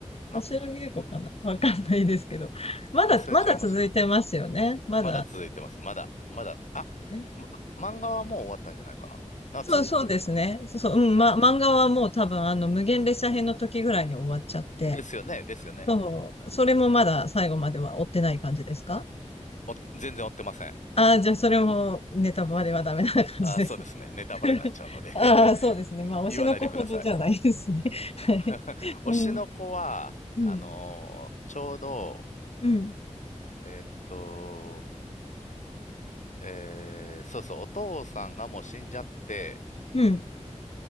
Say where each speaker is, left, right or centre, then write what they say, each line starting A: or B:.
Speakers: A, on the left; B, on the left.
A: な
B: 柱稽古かなわかんないですけど。まだ、
A: 忘れちゃいましたね。
B: まだ続いてますよね。まだ。
A: まだ続いてます。まだ、まだ。あ、
B: うん
A: ま、漫画はもう終わったんじゃないかな。あ、
B: そう、
A: 続いてるのかな
B: そうですね。そう、そう、うん、
A: は
B: ま、漫画はもう多分、あの、無限列車編の時ぐらいに終わっちゃって、
A: い。ですよね、ですよね。
B: そう、それもまだ最後までは追ってない感じですか
A: お、全然追ってません。
B: ああ、じゃあそれもネタバレはダメな感じです。
A: あ、そうですね。ネタバレになっちゃうので
B: <laughs> ああ、そうですね。
A: <laughs>
B: まあ、推しの子ほどじゃないですね。
A: 言わないでください。
B: はい。
A: <laughs> 推しの子は、
B: うん、うん、
A: あのーちょうど、
B: うん、
A: えーっと、えーそうそう、お父さんがもう死んじゃって、
B: うん。